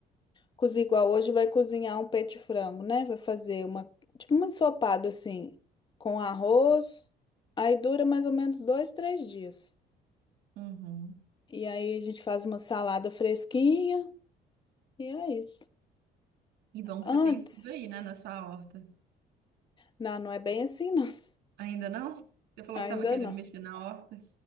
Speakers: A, on the left; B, on the right.
A: Cozinha igual hoje, vai cozinhar um peito de frango, né? Vai fazer uma, tipo um ensopado assim, com arroz. Aí dura mais ou menos dois, três dias.
B: Uhum.
A: E aí a gente faz uma salada fresquinha e é isso.
B: E bom que
A: Antes,
B: você tem tudo aí, né, na sua horta.
A: não, não é bem assim, não. <laughs>
B: Ainda não? Você falou
A: Ainda
B: que estava querendo
A: não.
B: mexer na horta.